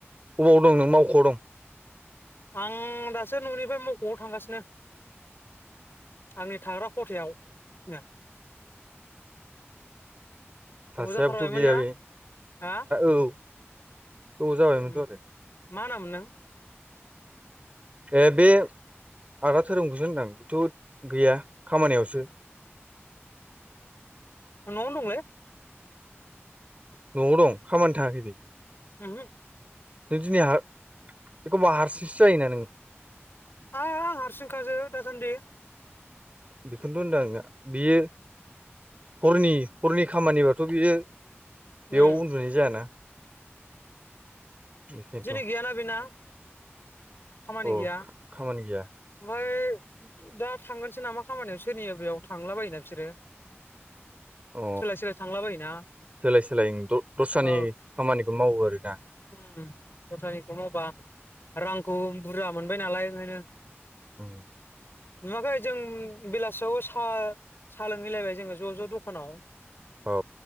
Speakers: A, on the right; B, on the left.
A: अबाव दं नों मावख'आव दं।
B: आं दासो न'निफ्राय मावख'आव थांगासिनो। आंनि थाग्रा खथायाव ओ।
A: सासेयाबोथ'
B: जाथारबायमोन
A: गैया
B: ना
A: बे
B: हा
A: औ गोबाव जाबायमोनथ
B: उम
A: आरो
B: मा नाम नों
A: ए बे आदा धोरोमखौसो होनदां बेथ' गैया खामानियावसो
B: नआवनो दंलै
A: न'आव दं खामानि थाङाखै बे
B: उमहु
A: नों दिनै बेखौबा हारसिंसो जायोना नों
B: आं हारसिं खाजो दासान्दि
A: बेखौनोथ' होनदों आं बियो हरनि हरनि खामानिबाथ' बियो बेयाव
B: उम
A: उन्दुनाय जायाना बेखायनोथ'
B: जोंनि गियाना बिना खामानि
A: अ
B: गैया
A: खामानि गैया
B: ओमफ्राय दा थांगोनसो नामा खामानियाव सोरनियो बेयाव थांला बायोना बिसोरो
A: अ
B: सोलाय सोलाय थांलाबायोना
A: सोलाय सोलाय दस्रानि
B: ओ
A: खामानिखौ मावो आरोना
B: उम दस्रानिखौ मावबा रांखौ बुरजा मोनबाय नालाय ओंखायनो
A: उ
B: नुवाखै जों बेलासियाव साहा लोंहैलायबाय जोङो ज' ज' दखानाव
A: औ